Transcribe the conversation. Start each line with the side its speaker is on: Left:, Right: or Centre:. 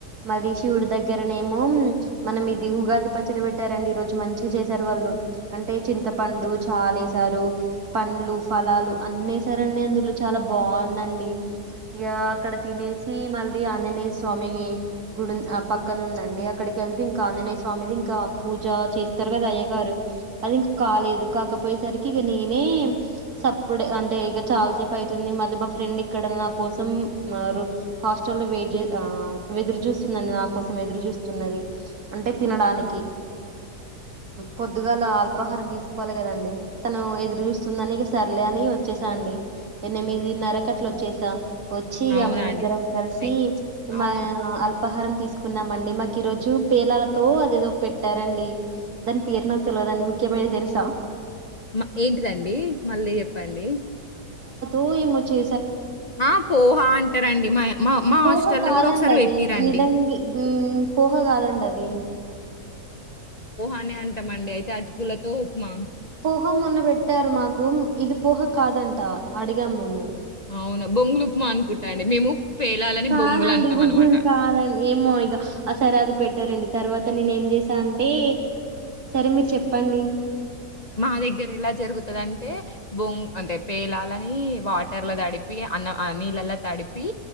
Right: మళ్ళీ శివుడి దగ్గరనే ఏమో మన ఇది ఉగాది పచ్చడి పెట్టారండి ఈరోజు మంచి చేసారు వాళ్ళు అంటే చింతపండు చారేసారు పండ్లు ఫలాలు అన్నేసారండి అందులో చాలా బాగుందండి ఇక అక్కడ తినేసి మళ్ళీ ఆంజనేయ స్వామి గుడి ఆ పక్కన ఉందండి అక్కడికి వెళ్తే ఇంకా ఆంజనేయ స్వామిది ఇంకా పూజ చేస్తారు కదా అయ్య గారు అది ఇంక కాలేదు కాకపోయేసరికి ఇక నేనే సప్పడ్ అంటే ఇక చాలా చె అతుంది మళ్ళీ మా ఫ్రెండ్ ఇక్కడ నా కోసం మ హాస్టల్ లో వెయిట్ ఎదురు చూస్తుందిండి నా కోసం ఎదురు చూస్తున్నది అంటే తినడానికి పొద్దుగాలా అల్పాహారం తీసుకోవాలి కదండి తను ఎదురు చూస్తుందని సర్లే అని వచ్చేసా అండి ఎనిమిదిన్నరకట్లు వచ్చేసాం వచ్చి ఇక
Left: అవునా
Right: మేమిద్దరం
Left: అండి.
Right: కలిసి
Left: అయి చ్ అవునా!
Right: మా అల్ ఉపహారం తీసుకున్నామండి మాకు ఈ రోజు పేలాలతో అదేదో పెట్టారంండి దాని పేరు నాకు తెలియదండి ముఖ్యమైన తెలుసా
Left: మ ఏంటిదండి మళ్ళీ చెప్ చెప్పండి
Right: ఒ ఏమో చ్చే
Left: ఆ పోహ అంటారంండి మా మా మా
Right: పోహా
Left: హాస్టల్‌లో
Right: కాదండి
Left: గూడా ఒకసారి
Right: అది
Left: పెట్టిర్రండి.
Right: దిడంగి పోహ కాదండ అది
Left: అని ఆన్ అంటామండి అయితే అటుకులతో ఉప్మా
Right: హ మొన్న పెట్టారు మాకు ఇది పహ కాదంట అడిగాం మేము
Left: అవునా బొంగులుప్మా అనుకుంటా అండి మేము పేలాలని
Right: కాదండి
Left: బొంగులంటామనమాట.
Right: బు్గులు కాదండి ఏమో ఇక ఆ సరే అది పెట్టి ంటారండి తర్వాత నేను ఏం చేసాను అంటే సరే మీరు చెప్పండి
Left: మా దగ్గర ఎలా జరుగుతుంది అంటే బొంగ అంటే పేలాలని వాటర్లో తడిపి అన్న నీళ్ళలో తడిపి